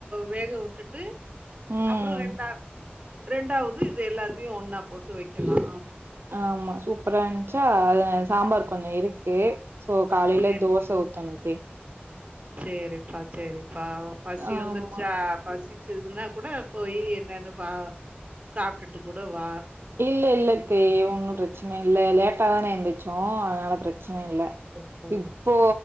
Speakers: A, on the right; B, on the right.
A: வேக விட்டுட்டு
B: ம்
A: அப்புற ரெண்டா ரெண்டாவது இது எல்லாத்தையு ஒன்னா போட்டு வைக்கலா
B: ஆமா சூப்பரா இருந்துச்சா அ சாம்பார் கொஞ்ச இருக்கு
A: ம்.
B: சோ காலைல
A: சரி.
B: தோச ஊத்தணுத்தே
A: சரிப்பா சரிப்பா பசி
B: ஆமா
A: வந்துருச்சா பசி இதுன்னா கூட போய் என்னன்னு பா சாப்ட்டுட்டு கூட வா
B: இல்ல இல்லத்த
A: ம்.
B: ஒன்னும் பிரச்சனை இல்ல லேட்டாதானே எந்துருச்ச வோ அதனால பிர பிரச்சன இல்ல
A: ஓஹோ!
B: இப்போ